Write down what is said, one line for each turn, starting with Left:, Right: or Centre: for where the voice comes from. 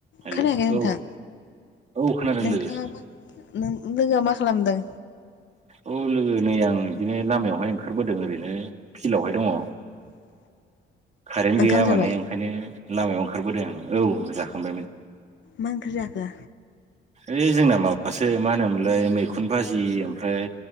Right: Hello
Left: खोनायाखै नोंथां
Right: औ औ खोनादों
Left: नोंथाङा
Right: लोगो
Left: मा नों लोगोआ मा खालामदों
Right: औ लोगो नै आं इदिनो लामायावहाय ओंखारबोदों ओरैनो फिलआवहाय दङ
Left: <inaudible>
Right: खारेन
Left: ओंखाम
Right: गैया
Left: जाबाय
Right: माने ओंखायनो लामायाव ओंखारबोदों आं औ जाखांबायमोन
Left: मा ओंख्रि जाखो
Right: ऐ जोंना माबासो मा होनोमोनलै मैखुन भाजि ओमफ्राय